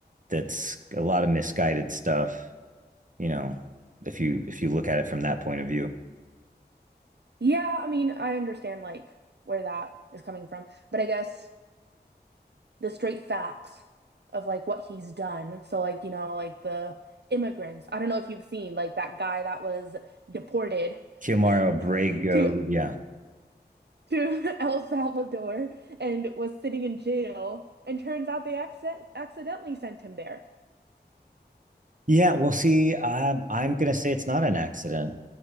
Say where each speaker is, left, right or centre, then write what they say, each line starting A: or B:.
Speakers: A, on the right; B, on the right.
A: That's a lot of misguided stuff. You know, if you if you look at it from that point of view,
B: Yeah, I mean, I understand like where that is coming from, but I guess the straight facts of like what he's done. So like, you know, like the immigrants. I don't know if you've seen like that guy that was deported
A: Kilmar Abrego,
B: <laughs> to
A: yeah,
B: to <laughs> El Salvador and was sitting in jail. And turns out they acc accidentally sent him there.
A: yeah. Well, see, I'm I'm gonna say it's not an accident